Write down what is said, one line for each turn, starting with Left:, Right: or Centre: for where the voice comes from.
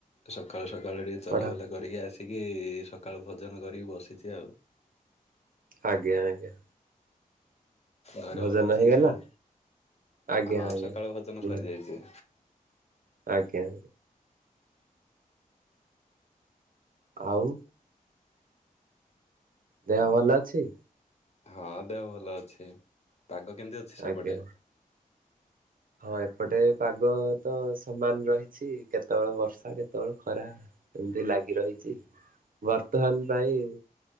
Left: ସକାଳୁ ସକାଳୁ ଟିକେ ଚଲାବୁଲା
Right: ପଢା
Left: କରିକି ଆସିକି ସକାଳୁ ଭଜନ କରିକି ବସ କିଛି ଆଉ।
Right: ଆଜ୍ଞା ଆଜ୍ଞା।
Left: ଘରେ
Right: ଭୋଜନ
Left: ଭଲ ଅଛନ୍ତି
Right: ହେଇଗଲା
Left: ସବୁ?
Right: ଆଜ୍ଞା
Left: ହଁ
Right: ଆଜ୍ଞା।
Left: ସକାଳ ଭଜନ
Right: ନିହା
Left: ସରିଯାଇଛି।
Right: ଆଜ୍ଞା। ଆଉ ଦେହ ଭଲ ଅଛି?
Left: ହଁ ଦେହ ଭଲ ଅଛି ପାଗ କେମିତି ଅଛି ସେପଟେ
Right: ଆଜ୍ଞା ହଁ ଏପଟେ ପାଗ ତ ସମାନ ରହିଛି। କେତେବେଳେ ବର୍ଷା କେତେବେଳେ ଖରା ଏମତି ଲାଗି ରହିଛି ବର୍ତ୍ତମାନ ପାଇଁ